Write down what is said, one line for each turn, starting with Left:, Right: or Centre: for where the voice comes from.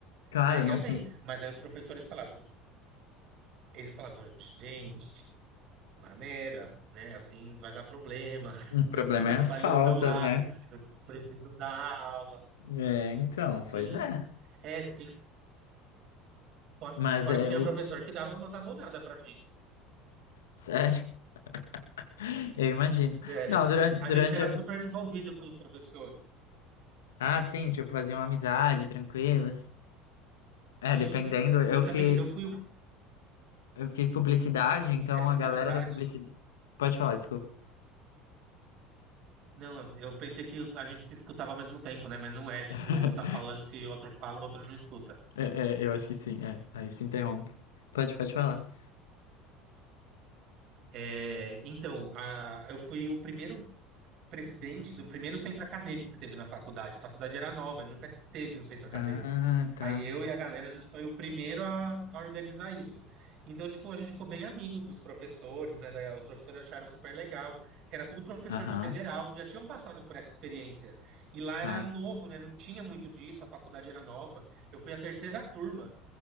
Left: Claro,
Right: né, ia
Left: não.
Right: bem. Mas aí os professores falavam, eles falavam, gente, maneira, né, assim vai dar problema, <laughs>
Left: O
Right: vocês
Left: problema
Right: estão atrapalhando
Left: é as faltas,
Right: o meu lado,
Left: né?
Right: eu preciso dar aula.
Left: É, então,
Right: Sim.
Left: pois é.
Right: É, sim, Fora,
Left: Mas
Right: fora
Left: é
Right: que tinha
Left: o.
Right: professor que dava umas abonadas pra gente.
Left: Sério, <laughs> eu imagino.
Right: Sério,
Left: Não,
Right: porque
Left: durante,
Right: a
Left: durante
Right: gente era
Left: a. mi-
Right: super envolvido com os professores.
Left: Ah, sim, tipo, fazia uma amizade, tranquilas. É,
Right: Sim,
Left: dependendo, eu
Right: eu também,
Left: fiz,
Right: eu fui o-
Left: eu fiz publicidade, então
Right: essa
Left: a galera
Right: faculdade.
Left: da publicidade. Pode falar, desculpa.
Right: Não, eu eu pensei que a gente se escutava ao mesmo tempo, né? Mas não é, tipo,
Left: <laughs>
Right: um tá falando, se o outro fala, o outro não escuta.
Left: É, é, eu acho que sim, é. Aí se interrompe. Pode, pode falar.
Right: É, então, a- eu fui o primeiro presidente do primeiro centro acadêmico que teve na faculdade. A faculdade era nova, nunca teve um centro acadêmico.
Left: Ah, tá.
Right: Aí eu e a galera, a gente foi o primeiro a, a organizar isso. Então, tipo, a gente ficou bem amigo dos professores, né? da- Os professores acharam super legal, que era tudo professor
Left: Aham,
Right: de federal, que já tinham passado por essa experiência. E lá
Left: claro.
Right: era novo, né? Não tinha muito disso, a faculdade era nova. Eu fui a terceira turma.